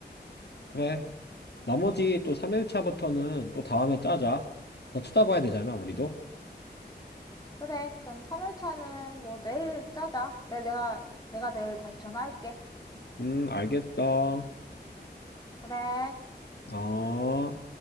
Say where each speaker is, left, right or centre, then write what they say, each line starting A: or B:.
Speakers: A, on the left; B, on the left.
A: 그래. 나머지 또 3일차부터는 또 다음에 짜자. 더 쳐다봐야 되잖아, 우리도.
B: 그래, 그럼 3일차는 뭐 내일 짜자. 내일 내가, 내가 내일 다시 전화할게.
A: 음, 알겠어.
B: 그래.
A: 어.